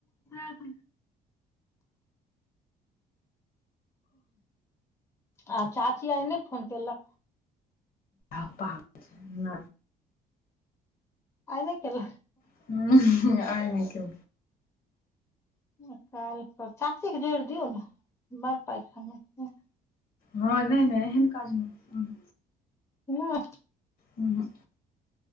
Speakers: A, on the left; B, on the left.
A: <unintelligible> आ चाची आइ नहि फोन कलक
B: आ पा नहि
A: आइन केेल
B: <unintelligible> आ नहि
A: काल्हि चाची के जोड़ि दियऔ ने बड़ पैसामे
B: हँ नहि नहि एहन काज नहि
A: नहि
B: ह